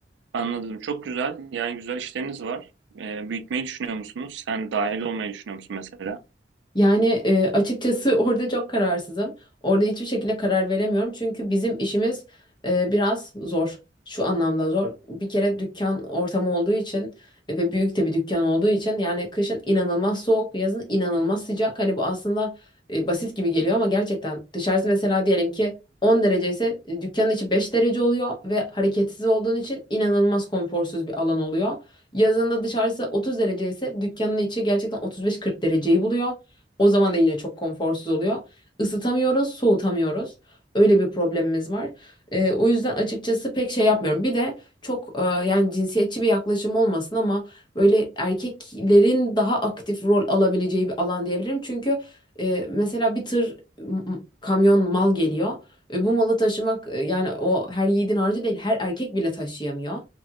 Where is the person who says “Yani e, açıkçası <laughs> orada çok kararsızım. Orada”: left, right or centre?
Left